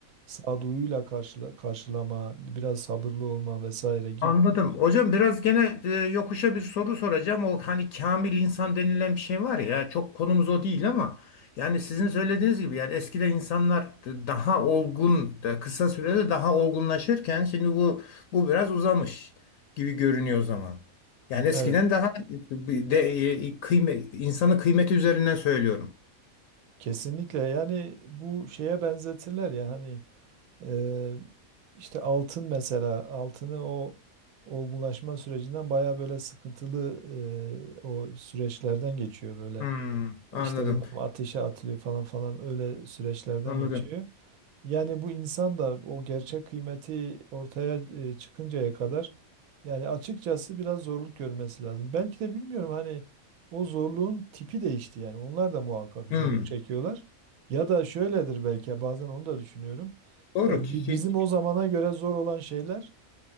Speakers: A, on the right; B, on the left.
A: sağduyuyla karşıla, karşılama, biraz sabırlı olma vesaire gibi.
B: Anladım. Hocam biraz gene e, yokuşa bir soru soracağım. O hani kamil insan denilen bir şey var ya çok konumuz o değil ama yani sizin söylediğiniz gibi yani eskiden insanlar d- daha olgun da kısa sürede daha olgunlaşırken şimdi bu bu biraz uzamış gibi görünüyor o zaman. Yani eskiden
A: Evet.
B: daha bir de, e, kıyme, insanın kıymeti üzerinden söylüyorum.
A: Kesinlikle yani bu şeye benzetirler ya hani Ee, işte altın mesela altını o olgunlaşma sürecinden baya böyle sıkıntılı e, o süreçlerden geçiyor böyle.
B: Hmm,
A: İşte
B: anladım.
A: bilmem ateşe atılıyor falan falan öyle süreçlerden
B: Anladım.
A: geçiyor. Yani bu insan da o gerçek kıymeti ortaya e, çıkıncaya kadar yani açıkçası biraz zorluk görmesi lazım. Belki de bilmiyorum hani o zorluğun tipi değişti yani. Onlar da muhakkak zorluk
B: Hmm,
A: çekiyorlar. Ya da şöyledir belki ya bazen onu da düşünüyorum.
B: doğru.
A: E,
B: ki
A: bi- bizim o zamana göre zor olan şeyler